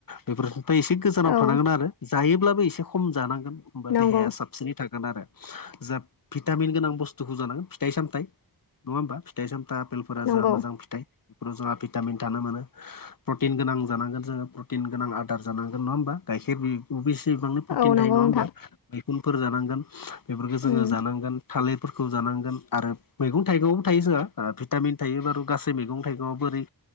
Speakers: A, on the left (about 55°); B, on the left (about 70°).
A: बेफोरनिफ्राय एसे गोजानाव
B: औ
A: थानांगोन आरो जायोब्लाबो एसे खम जानांगोन होमबा
B: नंगौ
A: देहाया साब बिसिनै थागोन आरो जा भिटामिन गोनां बुस्थुखौ जानांगोन फिथाइ सामथाइ नङा होमबा फिथाइ सामथाइ आपेलफोरा
B: नंगौ
A: जोंहा मोजां फिथाइ बेफोराव जोंहा भिटामिन थानो मोनो प्रटिन गोनां जानांगोन जोङो प्रटिन गोनां आदार जानांगोन नङा होमबा गाइखेर अ गोबां
B: औ
A: प्रटिन
B: नंगौ
A: थायो नङा
B: नोंथां
A: होनबा थालिर मैखुनफोर जानांगोन
B: उम
A: फोरखौ जानांगोन आरो मैगं थाइगंवावबो थायो जोंहा भिटामिन थायो बार' गासै मैगं थाइगंआ बोरै